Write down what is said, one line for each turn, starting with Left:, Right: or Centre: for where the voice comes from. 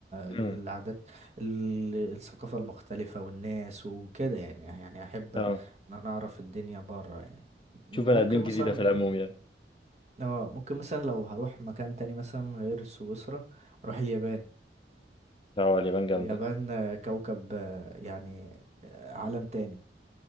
Left: امم
Right: العادات ال- الثقافة المختلفة والناس وكده يعني يعني أحب
Left: اه
Right: إن أنا أعرف الدنيا برا يعني ممكن
Left: تشوف بني ادمين
Right: مثلا
Left: جديده في العموم يعني
Right: اه ممكن مثلا لو هروح مكان تاني مثلا غير سويسرا اروح اليابان
Left: اه اليابان جامده
Right: اليابان آه، كوكب آه، يعني آه، عالم
Left: مم.
Right: تاني